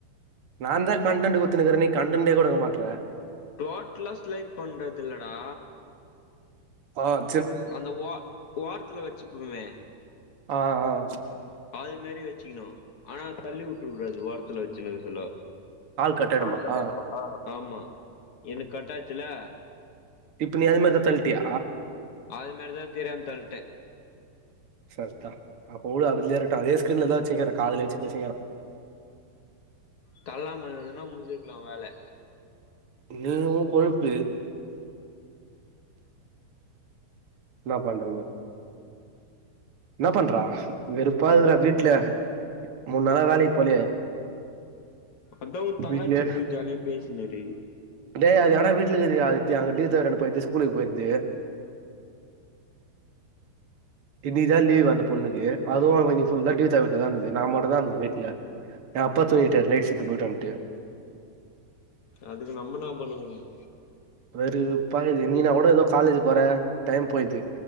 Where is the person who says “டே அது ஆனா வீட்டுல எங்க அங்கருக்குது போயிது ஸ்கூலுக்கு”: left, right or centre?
Right